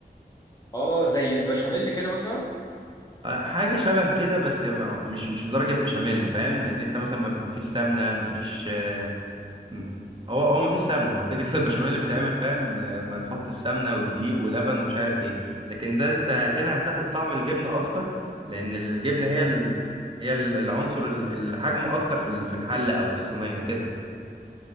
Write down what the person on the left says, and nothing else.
اه زي البشاميل كده مثلا